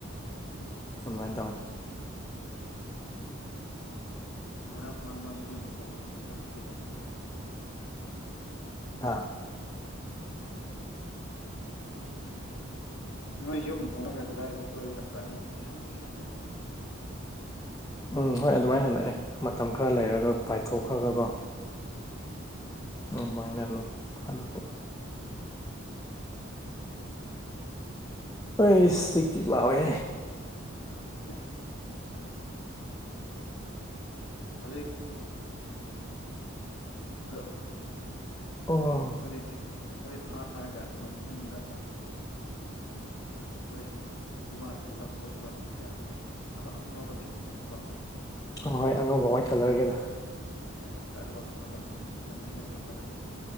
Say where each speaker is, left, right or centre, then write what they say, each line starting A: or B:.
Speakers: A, on the left; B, on the left.
A: ꯑꯗꯨꯃꯥꯏꯅ ꯇꯧꯋꯦ
B: ꯉꯥꯡ ꯃꯔꯥꯡ ꯃꯥꯁꯨ ꯌꯨꯝ ꯍꯣꯡꯉ ꯑꯗꯨ ꯆꯠꯄꯗꯤ ꯂꯩꯗꯤ ꯂꯩꯇꯦ
A: <unintelligible>
B: ꯅꯣꯏ ꯌꯨꯝ ꯍꯣꯡꯉꯒ ꯀꯗꯥꯏꯗ ꯀꯣꯏꯔꯦ <unintelligible> ꯍꯟꯗꯤ ꯍꯜꯂꯛꯄꯅꯦꯕ
A: ꯎꯝ ꯍꯣꯏ ꯑꯗꯨꯃꯥꯏꯅ ꯍꯜꯂꯛꯑꯦ ꯃꯇꯝ ꯈꯔ ꯂꯩꯔꯒ ꯄꯥꯏꯊꯣꯛꯈ꯭ꯔꯒꯀꯣ
B: ꯎꯝ
A: ꯑꯗꯨꯃꯥꯏꯅ ꯑꯗꯨꯝ ꯍꯜꯂꯛꯄ ꯑꯩꯁ ꯆꯇꯤꯛꯇꯤꯛ ꯂꯥꯎꯋꯦ
B: <inaudible> ꯑꯗꯨ <unintelligible>
A: ꯑꯣ
B: ꯑꯩꯈꯣꯏ ꯑꯩꯈꯣꯏ ꯐꯥꯔꯒ ꯃꯊꯨꯟꯗ ꯑꯩꯈꯣꯏ ꯋꯥꯗꯒꯤ ꯂꯧꯊꯣꯛꯄ ꯌꯥꯝꯅ ꯑꯕ ꯑꯉꯥꯎꯕ ꯂꯩꯕꯅꯦꯀꯣ
A: ꯑ ꯍꯣꯏ ꯑꯉꯧꯕ ꯋꯥꯏꯠ ꯀꯂꯔꯒꯤꯗ
B: <unintelligible> ꯄꯨꯂꯒ ꯑꯗꯨ